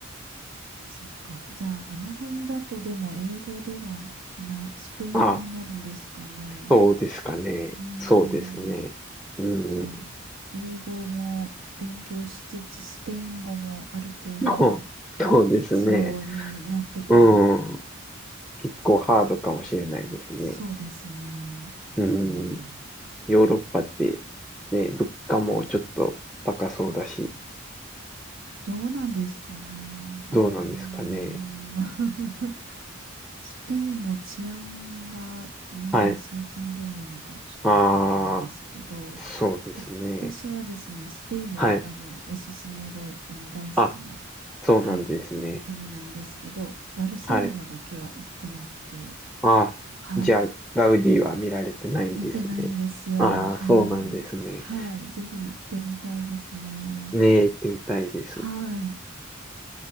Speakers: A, on the right; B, in the centre.
A: そっか。じゃあ、あの辺だとでも英語ではない、スペイン語になるんですかね。
B: あ、そうですかね。
A: うーん。
B: そうですね。うん。
A: じゃあ、英語も勉強しつつ、スペイン語もある程度は
B: <laughs> そうそうですね。
A: 必要になってくる。
B: うん。結構ハードかもしれないですね。
A: そうですね。
B: うん。
A: うん。
B: ヨーロッパって、ね、物価もちょっと高そうだし、
A: どうなんですかね。うーん。
B: どうなんですかね。
A: <laughs> スペインも治安がね、
B: はい。
A: 最近どうなのかちょっとわからないですけど、
B: ああ、そうですね。
A: わ私はですね、スペインもあのおすすめであの大好きな、
B: はい。あ、そうなんですね。
A: はい、国なんですけど、バルセロナだけは行ってなくて、
B: はい。あ、
A: はい、
B: じゃあ、ガウディは見られてないんですね。
A: 見てないんですよ。
B: ああ、
A: はい。
B: そうなんですね。
A: はい、ぜひ行ってみたいですね。
B: ねえ、行ってみたいです。
A: はい。
B: う